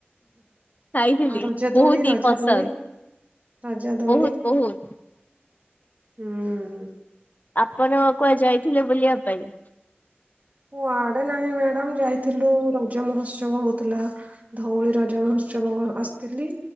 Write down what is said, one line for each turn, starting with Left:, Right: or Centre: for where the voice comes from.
Left: ଖାଇଥିଲି
Right: ଆଉ ରଜଦୋଳି
Left: ବହୁତ
Right: ରଜଦୋଳି
Left: ହି ପସନ୍ଦ
Right: ରଜଦୋଳି
Left: ବହୁତ ବହୁତ
Right: ହୁଁ।
Left: ଆପଣ କୁଆଡ଼େ ଯାଇଥିଲେ ବୁଲିବା ପାଇଁ?
Right: କୁଆଡ଼େ ନାହିଁ ମ୍ୟାଡ଼ାମ୍ ଯାଇଥିଲୁ ରଜ ମହୋଉତ୍ସବ ହଉଥିଲା। ଧଉଳି ରଜ ମହୋଉତ୍ସବ ଆସିଥିଲି।